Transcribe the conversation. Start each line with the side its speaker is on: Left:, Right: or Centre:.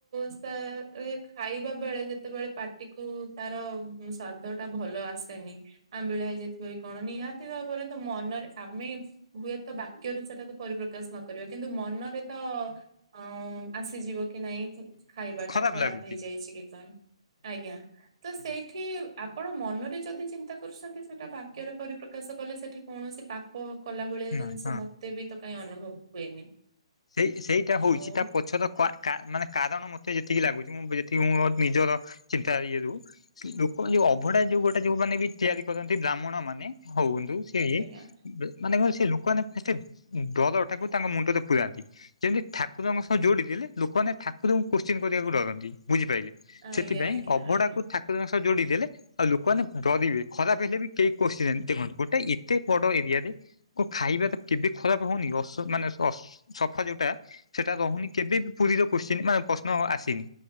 Right: ସା- ଏ ଖାଇବା ବେଳେ ଯେତେବେଳେ ପାଟିକୁୁ ତାର ବି ସ୍ଵାଦ ଟା ଭଲ ଆସେନି ଆମ୍ବିଳା ହେଇଯାଇଥିବ ଜି କଣ ନିହା ରେ ତ ମନରେ ଆମେ ହୁଏ ତ ବାକ୍ୟରେ ସେଟାକୁ ପରିପ୍ରକାଶ ନ କରିବା କିନ୍ତୁ ମନରେ ତ ଆଁ ଆସିଯିବ କି ନାଇଁ ଖାଇବା
Left: ଖରାପ
Right: ଟା ଖରାପ୍
Left: ଲାଗୁଛି
Right: ହେଇଯାଇଚି କି କଣ ଆଜ୍ଞା ତ ସେଇଠି
Left: ହଁ।
Right: ଆପଣ ମନରେ ଯଦି ଚିନ୍ତା କରୁଚନ୍ତି ସେଇଟା ବାକ୍ୟରେ ପରିପ୍ର କାଶ କଲେ ସେଠି କୌଣସି ପାପ କଲା ଭଳିଆ
Left: ନା
Right: ଜିନିଷ
Left: ହଁ।
Right: ମତେ ବି ତ କାଇଁ ଅନୁଭବ ହୁଏନି।
Left: ସେଇ -ସେଇଟା ହଉଚି
Right: ଆଉ
Left: ତା ପଛର କ -କା -ମାନେ କାରଣ ମତେ ଯେତିକି ଲାଗୁଚି ମୁଁ ଯେତିକି ମୋ ନିଜର ଚିତା ଇଏ ରୁ ଲୋକ ଯଉ ଅଭଢା ଯଉ ଗୋଟେ ଯଉମାନେ ବି ତିଆରି କରନ୍ତି ବ୍ରାହ୍ମଣ ମାନେ ହଉନ୍ତୁ ସିଏ
Right: ଆଜ୍ଞା
Left: ବ ମାନେ ସେ ଲୋକମାନେ ଡରଟାକୁ ତାଙ୍କ ମୁଣ୍ଡ ରେ ପୁରାନ୍ତି ଯେମିତି ଠାକୁରଙ୍କ ସହ ଯୋଡ଼ିଥିଲେ ଲୋକମାନେ ଠାକୁରଙ୍କୁ କୋଶ୍ଚିନ୍ କରିବାକୁ ଡରନ୍ତି ବୁଝିପାଇଲେ।
Right: ଆଜ୍ଞା
Left: ସେଥିପାଇଁ
Right: ଆଜ୍ଞା
Left: ଅଭଡା
Right: ଆଜ୍ଞା।
Left: କୁ ଠାକୁରଙ୍କ ସହ ଯୋଡି ଦେଲେ ଆଉ ଲୋକମାନେ ଡରିବେ ଖରାପ ହେଲେ ବି କେହି କୋଷିବେନି ଦେଖନ୍ତୁ ଗୋଟେ ଏତେ ବଡ ଏରିଆରେ କୁ ଖାଇବା ତ କେବେ ଖରାପ୍ ହଉନି ଅସ ମାନେ ଅସ୍ ସଫା ଯଉଟା ସେଟା ରହୁନି କେବେ ବି ପୁରୀରେ କୋସ୍ଚିନ୍ ମାନେ ପ୍ରଶ୍ନ ଆସିନି।